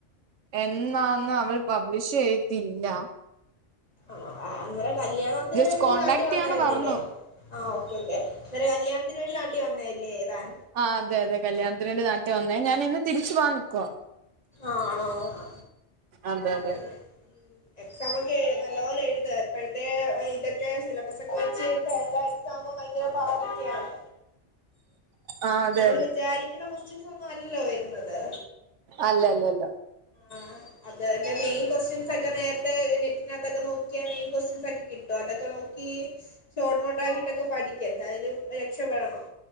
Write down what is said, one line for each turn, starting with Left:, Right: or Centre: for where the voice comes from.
Right: എന്നാന്ന് അവൾ പബ്ലിഷ് ചെയ്തിട്ടില്ല.
Left: ആ ആ അന്നേര കല്യാണത്തിന്
Right: ജസ്റ്റ്
Left: വേണ്ടി
Right: കോണ്ടാക്ട്
Left: നാട്ടീ വന്നായിരുന്നില്ലേ.
Right: ചെയ്യാന്ന് പറഞ്ഞു
Left: ആഹ് ഓക്കെ ഓക്കെ ന്നേരം കല്യാണത്തിന് വേണ്ടി നാട്ടീവന്നല്ലേ താൻ.
Right: ആ അതെയതെ കല്യാണത്തിന് വേണ്ടി നാട്ടീ വന്നെ ഞാൻ ഇന്ന് തിരിച്ചു പോവാൻ നിക്കുവാ.
Left: ആണോ അ
Right: അതെ അതെ
Left: പിന്നെ ഉം എക്സാമെക്കെ എഴു നല്ലപോലെ എഴുത് ഇപ്പഴത്തെ ഇതൊക്കെ സിലബസൊക്കെ വെച്ച് ട്ടെല്ലാം ക്സാമ്പോ ഭയങ്കര പാടൊക്കെയാണ്
Right: ആ അതെ
Left: നമ്മള്
Right: അതെ
Left: വിചാരിക്കുന്ന കെസ്റ്റൻസെന്നല്ലല്ലോ വരുന്നത്
Right: അല്ല അല്ല ല്ല
Left: ആ അതൻ്റെ മെയിൻ കൊസ്റ്റ്യൻസെക്കെ നേരത്തെ നെറ്റിനകത്തൊക്കെ നോക്കിയാൽ മെയിൻ കൊസ്റ്റ്യൻസെക്കെ കിട്ടും ട്ടോ അതൊക്കെ നോക്കി ഷോർട്ട് നോട്ട് ആക്കിട്ടൊക്കെ പഠിക്ക് എന്തായാലും രക്ഷപെടണം